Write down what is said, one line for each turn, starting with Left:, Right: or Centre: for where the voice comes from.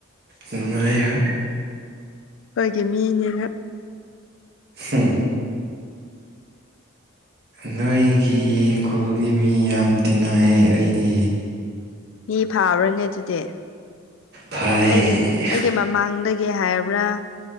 Right: ꯅꯨꯡꯉꯥꯏ ꯍꯣꯏ
Left: ꯑꯩꯈꯣꯏꯒꯤ ꯃꯤꯅꯤꯅ
Right: ꯍꯝ ꯅꯣꯏꯒꯤ ꯈꯨꯜꯒꯤ ꯃꯤ ꯌꯥꯝ ꯇꯤꯟꯅꯏꯑꯦ ꯑꯩꯗꯤ
Left: ꯃꯤ ꯐꯥꯕ꯭ꯔꯅꯦ ꯑꯗꯨꯗꯤ
Right: ꯐꯥꯏꯌꯦ
Left: ꯑꯩꯒꯤ ꯑꯩꯒꯤ ꯃꯃꯥꯡꯗꯒꯤ ꯍꯥꯏꯕ꯭ꯔꯥ